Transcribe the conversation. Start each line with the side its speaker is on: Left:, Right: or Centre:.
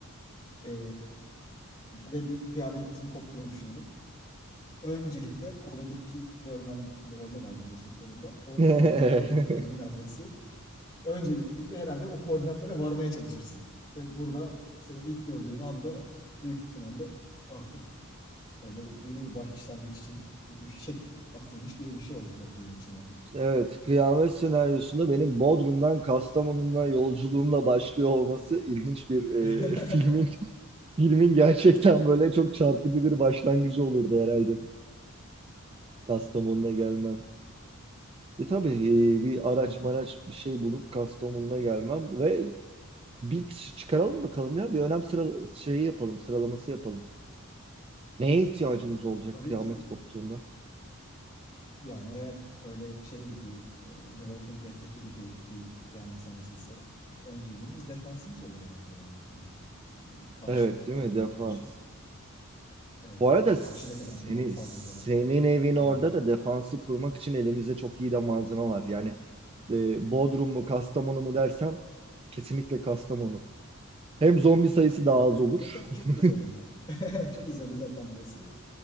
Left: Ee, ve bir kıyametin koptuğunu düşünelim. Öncelikle kolundaki dövmen, dövme var biliyorsun kolunda. O
Right: <laughs>
Left: koordinatlar benim evimin adresi. Öncelikle herhalde o koordinatlara varmaya çalışırsın. Ve burada seni ilk gördüğüm anda büyük ihtimalle artık öyle yeni bir başlangıç için bir fişek atılmış gibi bir şey olacak bizim için yani.
Right: Evet, kıyamet senaryosunda benim Bodrum'dan Kastamonu'na yolculuğumla başlıyor olması ilginç bir e,
Left: <laughs>
Right: <laughs> filmin filmin gerçekten böyle çok çarpıcı bir başlangıcı olurdu herhalde Kastamonu'na gelmem. E tabii e, bir
Left: Aynen.
Right: araç maraç bir şey bulup Kastamonu'na gelmem ve bir çıkaralım bakalım ya bir önem sıra şeyi yapalım sıralaması yapalım. Neye ihtiyacımız olacak
Left: Tabii
Right: kıyamet
Left: ki
Right: koptuğunda?
Left: yani eğer böyle şey gibi e, The Walking Dead'deki gibi bir kıyamet sinemasıysa önceliğimiz defansımız olur herhalde yani. Hani e, karşı
Right: Evet
Left: ataklara
Right: değil mi? Defans.
Left: karşı evet
Right: Bu arada
Left: yani karşı
Right: seni,
Left: cepheden gelen saldırılara
Right: senin evin
Left: yönelik
Right: orada da defansı kurmak için elimizde çok iyi de malzeme var. Yani e, Bodrum mu Kastamonu mu dersem kesinlikle Kastamonu. Hem zombi sayısı daha
Left: Evet,
Right: az
Left: evet.
Right: olur.
Left: Zaten
Right: <laughs>
Left: çok izole yani. <laughs> Çok izole zaten burası.